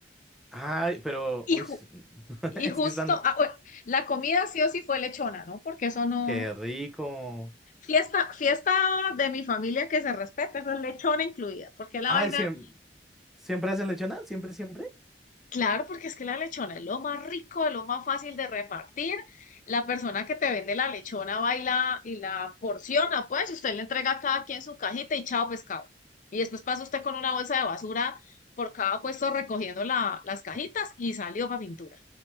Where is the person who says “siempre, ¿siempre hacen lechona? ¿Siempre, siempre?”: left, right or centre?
Centre